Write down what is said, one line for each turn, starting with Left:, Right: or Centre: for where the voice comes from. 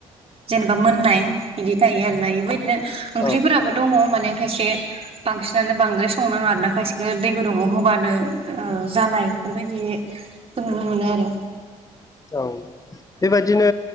Right: जेनेबा मोननाय इदि थायो आरोना बेबायदिनो ओंख्रिफोराबो
Left: औ औ
Right: दङ' माने खायसे बांसिनानो बांद्राय संनाङा आरोना खायसेखो दै गुदुंङाव होबानो ओ जानाय बेफोरबायदि खो नुनो मोनो आरो
Left: औ बेबायदिनो